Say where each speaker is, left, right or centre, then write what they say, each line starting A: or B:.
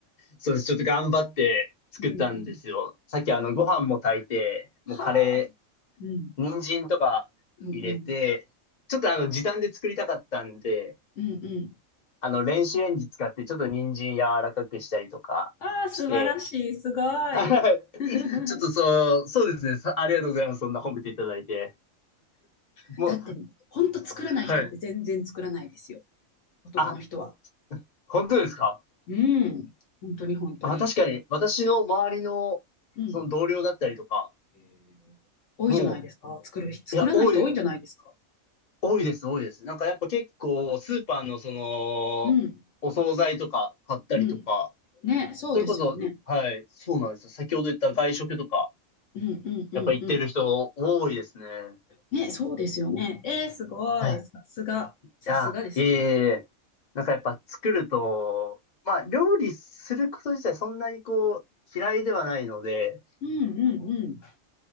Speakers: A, on the left; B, on the left.
A: そうです。ちょっと頑張って作ったんですよ。
B: うんうん。
A: さっきあの、ご飯も炊いて、もうカレ
B: はあ。うん、
A: ー、人参とか入れて、
B: うん、うん。
A: ちょっとあの、時短で作りたかったんで、
B: うんうん。
A: あの、電子レンジ使って、ちょっと人参柔らかくしたりとかして、
B: ああ、素晴らしい。すごい。
A: は
B: <laughs>
A: い。ちょっとそう、そうですね。さありがとうございます。そんな褒めていただいて。もう、
B: だって、ほんと作らない人って全然作らないですよ。
A: はい。
B: 男の人は。
A: あ、本当ですか
B: うん。本当に本当に。
A: あ、確かに、私の周りの、
B: うん。
A: その同僚だったりとか、
B: えー多いじゃないですか。
A: も
B: 作る人、作らない人多いんじゃないですか。
A: う、いや、多い、多いです、多いです。なんかやっぱ結構、スーパーのその、
B: うん。
A: お惣菜とか買ったりとか、
B: うん。ね、そうですよね。
A: それこそ、うはい、そうなんですよ。先ほど言った外食とか、
B: うんうんうんうん。
A: やっぱ行ってる人多いですね。
B: ね、そうですよね。えー、すごい。
A: はい。い
B: さすが。さすがですね。
A: や、いえいえいえなんかやっぱ作ると、まあ料理すること自体そんなにこう、嫌いではないので、
B: うんうんう